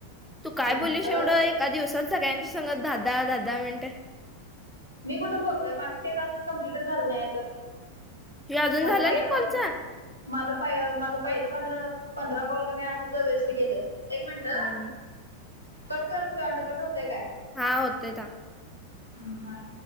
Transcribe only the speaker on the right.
तर
अगर
मी कुठे बोललोय माझं ते टास्क कम्प्लीटच झालं नाही तर
अजू पाहिला
पता मला प माझ पहिलं पंधरा पंधरा कॉल करणे असंच अवेस् केलं एक मिनिट
कट कर होत अंड कट होतय काय
हम्